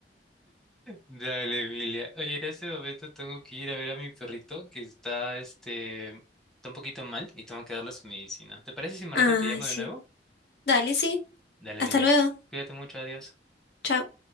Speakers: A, in the centre; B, on the left (about 65°).
A: Dale, Emilia. Oye, en este momento tengo que ir a ver a mi perrito que está, este, está un poquito mal y tengo que darle su medicina. ¿Te parece si más
B: Ay,
A: rato te llamo
B: sí.
A: de nuevo?
B: Dale, sí.
A: Dale,
B: Hasta
A: Emilia.
B: luego.
A: Cuídate mucho, adiós.
B: Chao.